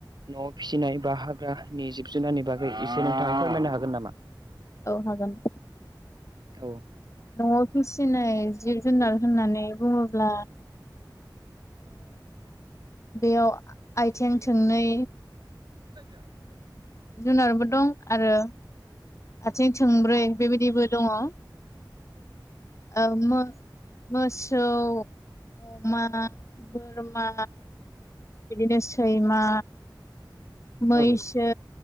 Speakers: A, on the right; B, on the left.
A: न'आव फिसिनाय बा हाग्रानि जिब जुनारनि बागै एसे नोंथाङा फोरमायनो हागोन नामा
B: औ हागोन
A: औ
B: न'आव फिसिनाय जिब जुनार होननानै बुङोब्ला बेयाव आथिं थोंनै
A: <unintelligible>
B: जुनारफोर दं आरो आथिं थोंब्रै बेबायदिबो दङ औ मो मोसौ अमा बोरमा बिदिनो सैमा मैसो
A: औ